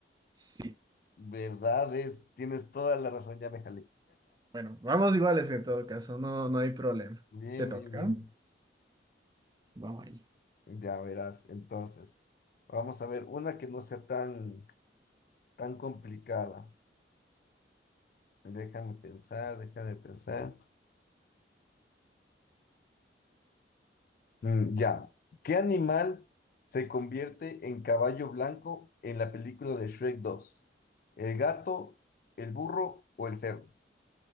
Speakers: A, on the right; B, on the left.
A: Sí,
B: ¿Verdad? Es, tienes toda la razón, ya me jalé.
A: bueno, vamos iguales en todo caso, no, no hay problema.
B: Bien,
A: Te toca.
B: bien, bien.
A: Vamos ahí.
B: Ya verás. Entonces, vamos a ver una que no sea tan, tan complicada. Déjame pensar, déjame pensar. Mm, ya. ¿Qué animal se convierte en caballo blanco en la película de Shrek dos ¿El gato, el burro o el cerdo?